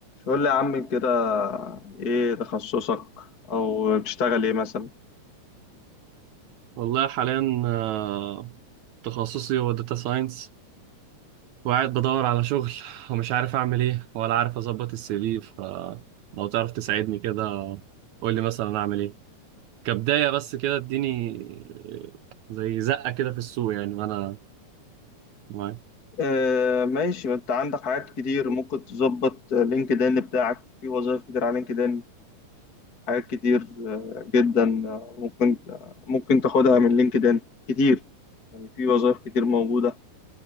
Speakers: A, on the left (about 30°); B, on the right (about 75°).
A: قول لي يا عم كده ايه تخصصك او بتشتغل ايه مثلا
B: والله حاليا آه، تخصصي هو داتا ساينس وقاعد بدور على شغل ومش عارف اعمل ايه ولا عارف اظبط السي في فلو تعرف تساعدني كده قول لي مثلا اعمل ايه كبداية بس كده اديني آه، زي زقة كده في السوق يعني وانا معاك
A: آه ماشي ما انت عندك حاجات كتير ممكن تظبط لينكد ان بتاعك في وظائف كتير على لينكد ان حاجات كتير آه، جدا آه، ممكن ممكن تاخدها من لينكد ان كتير يعني في وظائف كتير موجودة